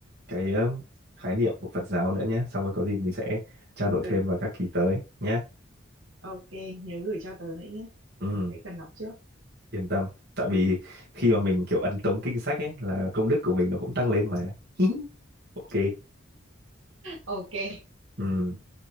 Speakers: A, on the right; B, on the right.
A: cái um, khái niệm của Phật giáo nữa nhé xong rồi có gì mình sẽ trao đổi
B: Ừ,
A: thêm vào các kỳ tới nhé
B: ok, nhớ gửi cho tớ nữa nhé.
A: ừ,
B: Tớ sẽ cần đọc trước.
A: yên tâm tại vì khi mà mình kiểu ấn tống kinh sách ấy là công đức của mình nó cũng tăng lên mà <laughs> ok
B: Ok.
A: ừ.